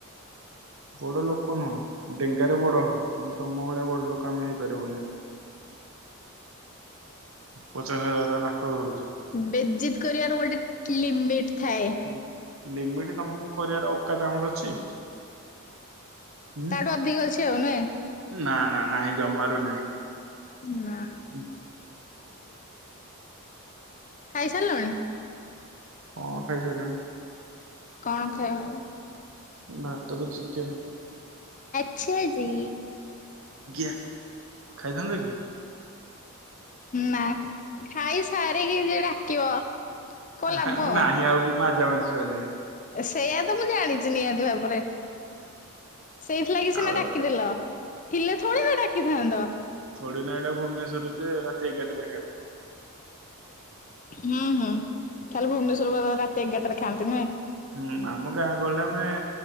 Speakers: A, on the right (about 65°); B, on the left (about 35°).
A: ବଡ ଲୋକ ନୁହଁ ଡେଙ୍ଗାରେ ବଡ ହବ କିନ୍ତୁ ତମ ଭଳିଆ ବଡ଼ ଲୋକ ଆମେ ହେଇପାରିବୁନି। ପଚାଶ ହଜାର ତ ଲାପଟପ ଧରୁଛ।
B: ବେଯିତି କରିବାର ଗୋଟେ ଲିମିଟି ଥାଏ।
A: ହୁଁ ଲିମିଟି ତମକୁ କରିବାର ୱକାତ ଆମର ଅଛି। ଉଁ
B: ତାଠୁ ଅଧିକ ଅଛି ଆଉ ନୁହେଁ
A: ନା ନା ନାହିଁ ଜମାରୁ ନାହିଁ।
B: ନାଁ।
A: ଉଁ ହୁଁ।
B: ଖାଇ ସାରିଲଣି।
A: ହଁ ଖାଇ ସାଇଲିଣି।
B: କଣ ଖାଇବା ଆ
A: ଭାତକୁ ଚିକେନ।
B: ଆଛାଜୀ।
A: ଆଜ୍ଞା ଖାଇଥାନ୍ତ କି।
B: ନା ଖାଇ ସାରିକି ଯିଏ ଡାକିବ। କଣ
A: ନା
B: ଲାଭ
A: ବେ ନାହିଁ ଆଉ ବି ମାଜାମାଜି ସଇଲାଣି।
B: ସେଇଆ ତ ମୁଁ ଜାଣିଛି ନିହାତି ଭାବରେ। ସେଇଥିଲାଗି ସିନା
A: ଆଉ
B: ଡାକିଦେଲ ଥିଲେ ଥୋଡ଼ି ନା ଡାକିଥାନ୍ତ।
A: ଥୋଡ଼ିନା ଏଟା ଭୁବନେଶ୍ୱର ଯେ ରାତି ଏଗାରଟାରେ ଖାଇବ।
B: ହୁଁ ହୁଁ ଖାଲି ଭୁବନେଶ୍ଵର ଵାଲା ରାତି ଏଗାରଟାରେ ଖାଆନ୍ତି ନୁହେଁ।
A: ହୁଁ ଆମ ଗାଁ ଗହଳି ରେ ଆମେ